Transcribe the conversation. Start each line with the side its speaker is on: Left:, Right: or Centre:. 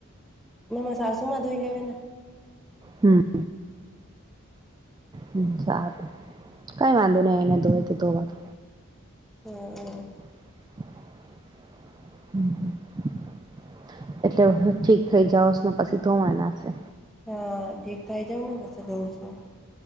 Centre: નમ સાસુ મધુંઈ લવે.
Right: હમ્મ હ સારું કઈ વાંધો નઈ એને ધોવે તો ધોવાનુ
Centre: હમ્મ
Right: હમ હમ એટલે હ ઠીક થઇ જાાવસ ને પછી ધોવા નાશે.
Centre: હા ઠીક થઈ જાવ ને પછ ધોઉં છું